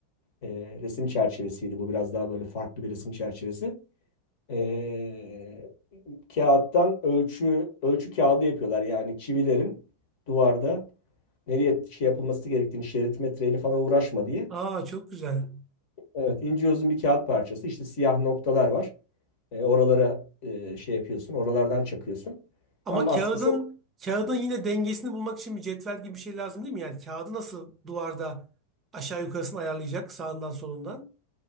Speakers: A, on the left; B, on the right.
A: E, resim çerçevesiydi. Bu biraz daha böyle farklı bir resim çerçevesi. E, kağıttan ölçü ölçü kağıdı yapıyorlar. Yani çivilerin duvarda nereye şey yapılması gerektiğini şerit metreyle falan uğraşma diye.
B: Aa çok güzel.
A: Evet, ince uzun bir kağıt parçası. İşte siyah noktalar var. E, oralara e, şey yapıyorsun, oralardan çakıyorsun.
B: Ama
A: Tam
B: kağıdın
A: askısı.
B: kağıdın yine dengesini bulmak için bir cetvel gibi bir şey lazım değil mi? Yani kağıdı nasıl duvarda aşağı yukarısını ayarlayacak sağından solundan?